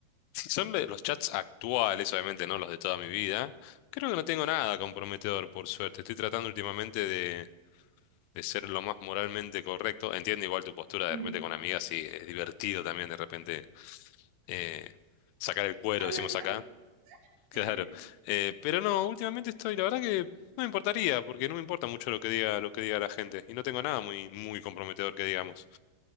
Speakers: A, on the left; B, on the right.
A: si son de los chats actuales, obviamente no los de toda mi vida, creo que no tengo nada comprometedor, por suerte. Estoy tratando últimamente de ser lo más moralmente correcto. Entiendo igual tu postura de
B: mm,
A: repente con amigas, sí, es divertido también de repente eh, sacar el cuero,
B: hablar
A: decimos
B: mal.
A: acá,
B: <laughs>
A: <laughs> claro. Eh, pero no, últimamente estoy, la verdad que no me importaría, porque no me importa mucho lo que diga, lo que diga la gente, y no tengo nada muy, muy comprometedor que digamos.